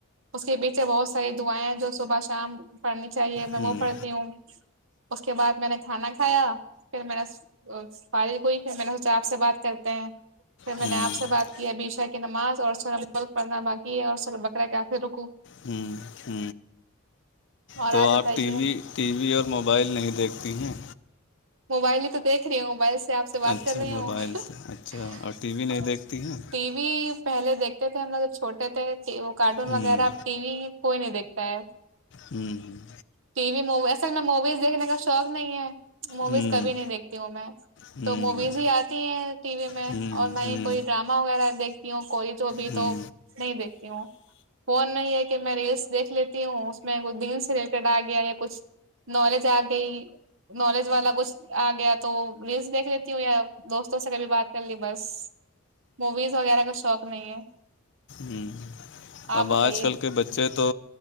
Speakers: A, on the right; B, on the left.
A: اس کے پیچھے بہت ساری دعائیں ہیں جو صبح شام پڑھنی چاہیے میں
B: ہوں
A: وہ پڑھتی ہوں اس کے بعد میں نے کھانا کھایا پھر میں نے فار کوئی پ میں نے سوچا آپ سے بات کرتے ہیں پھر
B: ہوں
A: میں نے آپ سے بات کیا ابشا کی نماز اور س پڑھنا باقی ہے اور س بکرا کے آ کے رکو
B: ہ ہ
A: اور
B: تو آپ
A: بتائیے
B: ٹی وی <unintelligible> ٹی وی اور موبائل نہیں دیکھتی ہیں
A: موبائل ہی تویکھ رہی ہو موبائل سے آپ سے بات
B: اچھا
A: کر رہی
B: موبائل
A: ہوںٹی
B: سے اچھا اور ٹی وی نہیں دیکھتی ہیں
A: و و پہلے دیکھتے تھے ہم لگ چھوٹے تھے کارٹون
B: ہوں
A: وغیرہ اب ٹی وی کوئی نہیں دیکھتا ہے
B: ہوں
A: ٹی وی موی اصل میں موویز دیکھنے کا شوق نہیں ہے موویز
B: ہوں ہوں
A: کبھی نہیں دیکھتی ہوں میں
B: ہوں
A: تو موویز ہی آتی ہیں ٹی وی میں
B: ہوں
A: اور
B: ہوں
A: نہ
B: ہوں
A: ہی کوئی ڈرام ا وغیرہ دیکھتی ہوں کوئی تو ابھی
B: ہوں ہوں
A: تو نہیں دیکھتی ہوں فون نہیں ہے کہ میں ریلس دیکھ لیتی ہوں اس میں کو دن سے ریلیٹڈ آ گیا یا کچھ نالج آ گئی نالج والا کچھ آ گیا تو ریلس دیکھ لیتی ہوں یا دوستوں سے کبھی بات کر لی بس موویز وغیرہ کا شوق نہیں ہے
B: ہ اب
A: آپ بتائیے
B: آج کل کے بچے تو